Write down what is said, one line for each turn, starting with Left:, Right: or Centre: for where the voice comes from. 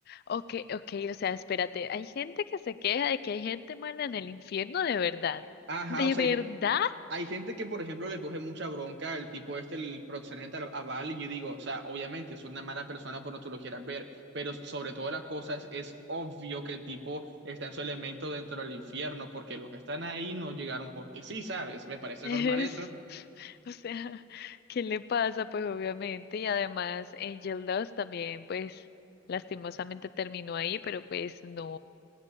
Left: okay, okay, o sea, espérate. Hay gente que se queja de que hay gente mala en el infierno de verdad.
Right: Ajá,
Left: ¿De
Right: o sea,
Left: verdad?
Right: Hay gente que, por ejemplo, le coge mucha bronca al tipo este, el proxeneta, a Val, y yo digo, o sea, obviamente es una mala persona por no tú lo quieras ver, pero sobre todas las cosas es obvio que el tipo está en su elemento dentro del infierno, porque los que están ahí no llegaron porque sí, ¿sabes? Me parece
Left: Es,
Right: normal eso.
Left: <laughs> o sea, ¿qué le pasa? Pues obviamente, y además Angel Dust también, pues lastimosamente terminó ahí, pero pues no,